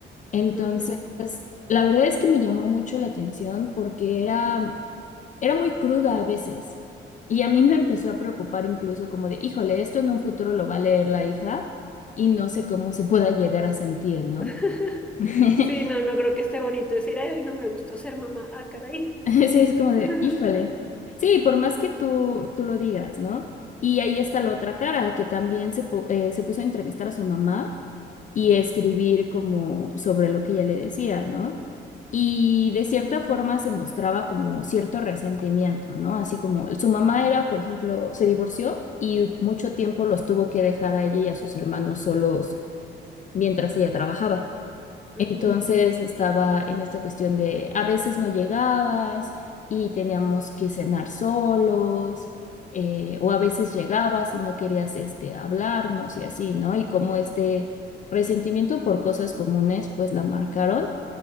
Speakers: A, on the left; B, in the centre.
A: Entonces,
B: Ujú.
A: la verdad es que me llamó mucho la atención porque era era muy cruda a veces. Y a mí me empezó a preocupar incluso como de, híjole, esto en un futuro lo va a leer la hija y no sé cómo se pueda llegar a sentir, ¿no?
B: <laughs>
A: <laughs>
B: Sí, no, no creo que esté bonito decir, ay, hoy no me gustó ser mamá. Ah, caray.
A: <laughs> Sí, es como de,
B: <laughs>
A: híjole. Sí, por más que tú, tú lo digas, ¿no? Y ahí está la otra cara, que también se, pu- eh, se puso a entrevistar a su mamá y escribir como sobre lo que ella le decía, ¿no? Y de cierta forma se mostraba como cierto resentimiento, ¿no? Así como su mamá era, por ejemplo, se divorció y mucho tiempo los tuvo que dejar a ella y a sus hermanos solos mientras ella trabajaba.
B: Ujú,
A: Entonces estaba en esta cuestión de a veces no llegabas y teníamos que cenar solos, eh, o a veces llegabas y no querías este, hablarnos y así, ¿no? Y como este resentimiento por cosas comunes, pues la marcaron.